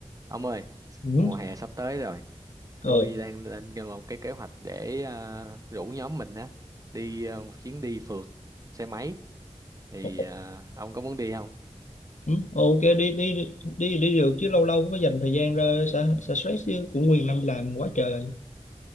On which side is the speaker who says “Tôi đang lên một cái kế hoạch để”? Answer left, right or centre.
Right